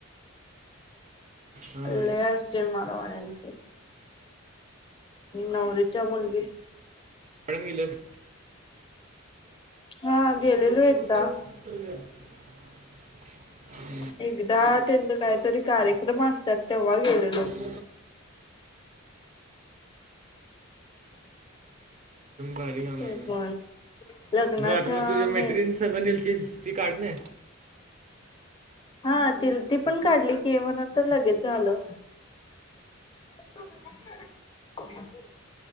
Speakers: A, on the right (about 35°); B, on the left (about 25°).
A: हां
B: लई असतंय मारवाड्याच. मी नवरीच्या मुलगीत
A: मॅडम गेल्यात.
B: हा
A: <inaudible>
B: गेलेलो एकदा एकदा त्यांचा कायतरी कार्यक्रम असत्यात तेव्हा गेलेलो.
A: ह. बारी काम
B: ते
A: हाय कि
B: पण लग्नाच्या
A: मग, आता मग तुझ्या
B: मेन
A: मैत्रीण संग नेलतीस ती काढत नाही?
B: हा, ति ती पण काढली की, म्हणन तर लगेच झालं. <inaudible> <inaudible>